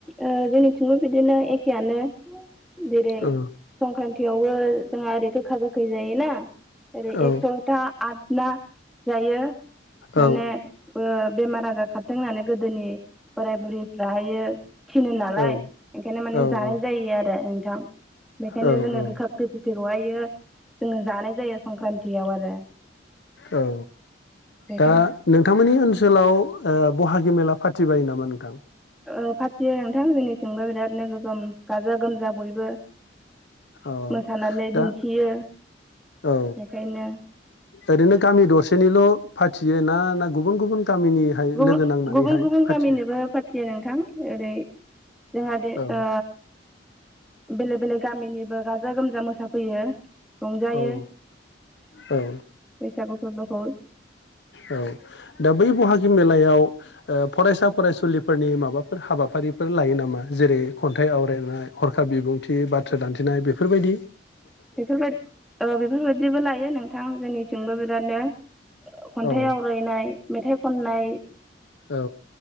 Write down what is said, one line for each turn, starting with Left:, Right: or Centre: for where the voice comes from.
Centre: ओ जोंनिथिंबो बिदिनो एखेयानो जेरै
Left: औ
Centre: संक्रान्तियावबो जोंहा ओरै गोखा गोखै जायोना ओरै
Left: औ
Centre: एकस'था आट ना जायो माने
Left: औ
Centre: बो बेमार आजार खारथों होननानै गोदोनि बोराय बुरिफ्राहायो थिनो नालाय
Left: औ
Centre: ओंखायनो माने
Left: औ
Centre: जानाय
Left: औ
Centre: जायो आरो नोंथां बेखायनो
Left: औ औ
Centre: जोङो गोखा गोखैखौहायो जोङो जानाय जायो संक्रान्तिआव आरो
Left: औ
Centre: बेखाय
Left: दा नोंथांमोननि ओनसोलाव ओ ब'हागि मेला फाथिबायो नामा नोंथां
Centre: ओ फाथियो नोंथां जोंनिथिंबो बिरादनो गोगोम गाजा गोमजा बयबो
Left: अ
Centre: मोसानानै
Left: दा
Centre: दिन्थियो
Left: औ
Centre: बेखायनो
Left: ओरैनो गामि दरसेनिल' फाथियो ना ना गुबुन गुबुन गामिनिहाय
Centre: गुबु
Left: लोगो नांनानैहाय
Centre: गुबुन गुबुन गामिनोबो
Left: फाथियो
Centre: फाथियो नोंथां ओरै जोंहा दि
Left: औ
Centre: ओ बेलेक बेलेक गामिनिबो गाजा गोमजा मोसाफैयो रंजायो
Left: औ औ
Centre: बैसागु फोरबोखौ
Left: औ दा बै बहागि मेलाआव ओ फरायसा फरायसुलिफोरनि माबाफोर हाबा हाबाफारिफोर लायो नामा जेरै खन्थाइ आवरायनाय हरखााब बिबुंथि बाथ्रा दान्थेनाय बिफोरबादि?
Centre: बेफोरबाद ओ बेफोरबायदिबो लायो नोंथां जोंनिथिंबो बिरादनो खन्थाइ
Left: औ
Centre: आवरायनाय मेथाइ खननाय
Left: औ